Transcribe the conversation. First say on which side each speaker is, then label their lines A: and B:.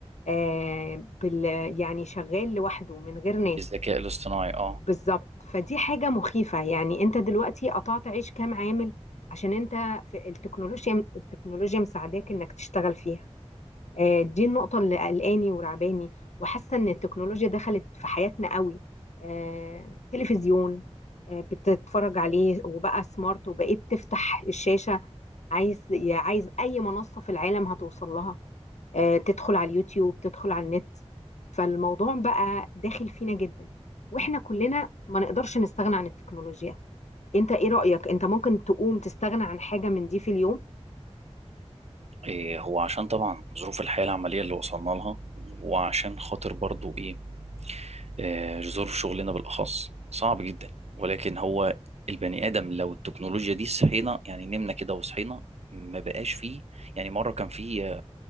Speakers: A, on the left; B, on the right.
A: آه بال... يعني شغال لوحده من غير ناس
B: الذكاء الاصطناعي اه
A: بالظبط فدي حاجة مخيفة يعني انت دلوقتي قطعت عيش كام عامل عشان انت في التكنولوجيا التكنولوجيا مساعداك انك تشتغل فيها آه، دي النقطة اللي قلقاني ورعباني وحاسة إن التكنولوجيا دخلت في حياتنا قوي آه، تلفزيون آه، بتتفرج عليه وبقى سمارت وبقيت تفتح الشاشة عايز يا عايز أي منصة في العالم هتوصل لها آه، تدخل على اليوتيوب تدخل على النت فالموضوع بقى داخل فينا جدا وإحنا كلنا ما نقدرش نستغنى عن التكنولوجيا أنت إيه رأيك؟ أنت ممكن تقوم تستغنى عن حاجة من دي في اليوم؟
B: إيه هو عشان طبعا ظروف الحياة العملية اللي وصلنا لها وعشان خاطر برضو ايه آه، ظروف شغلنا بالأخص صعب جدا ولكن هو البني آدم لو التكنولوجيا دي صحينا يعني نمنا كده وصحينا ما بقاش فيه يعني مرة كان فيه